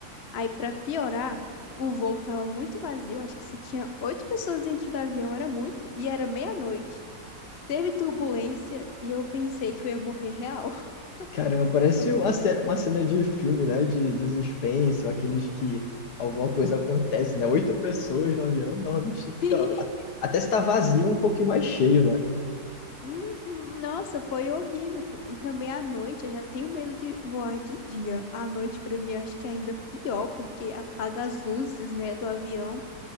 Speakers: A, on the left; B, on the left.
A: Aí, pra piorar, o voo tava muito vazio. Acho que se tinha oito pessoas dentro do avião era muito. E era meia-noite. Teve turbulência e eu pensei que eu ia morrer real. <laughs>
B: caramba, parece
A: Foi um.
B: uma cena, uma cena de filme, né? De, de suspense, ou aqueles que alguma coisa acontece, né? Oito pessoas no avião, normalmente fica.
A: <laughs>
B: Até se tá vazio, é um pouquinho mais cheio, né?
A: Uhum, Nossa, foi horrível. pô. E Também à noite eu já tenho medo de voar de dia. À noite, pra mim, acho que é ainda pior, porque apaga as luzes, né, do avião.